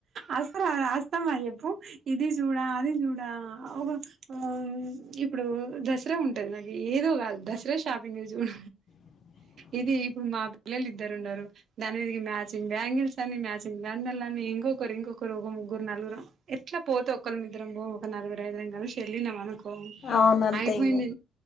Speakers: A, on the right; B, on the left.
A: అసలు అది అస్తమా చేప్పు ఇది చూడా అది చూడా ఆ ఒక ఆ ఇప్పుడు దసరా ఉంటది, నాకు ఏదో కాదు దసరా షాపింగ్ చూసి చూడ
B: <unintelligible>
A: ఇది ఇప్పుడు మా పిల్లలు ఇద్దరు ఉండారు. దాని మీదికి మ్యాచింగ్ బ్యాంగిల్స్ అని మ్యాచింగ్ దండలని, ఇంకొకరు ఇంకొకరు ఒక ముగ్గురు నలుగురు ఎట్లా పోతే ఒకళ్ ఇద్రం పో, ఒక నలుగురు ఐదుగురం కలిసి వెళ్లినమనుకో కో
B: అవును అంతే
A: అయిపోయింది,
B: ఇంగ